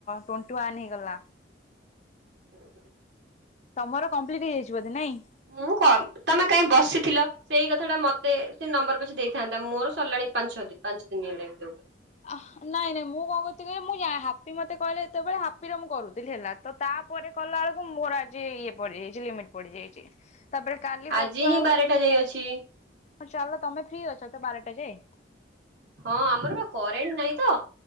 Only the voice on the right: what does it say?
ଓୁଁ ହୁଁ।
ମୁଁ କମ୍ ତମେ କାଇଁ ବସିଥିଲ ସେଇ କଥା ଟା ମତେ ସେ ନମ୍ବର ପଛ ଦେଇଥାନ୍ତା ମୋର ସରିଲାଣି ପାଞ୍ଚ ଛ ଦିନ ପାଞ୍ଚ ଦିନି ହେଲାଣି।
ଆଜି
ହିଁ
ବାରଟା ଯାଇ ଅଛି
ହଁ ଆମର ବା କରେଣ୍ଟ ନାଇଁ ତ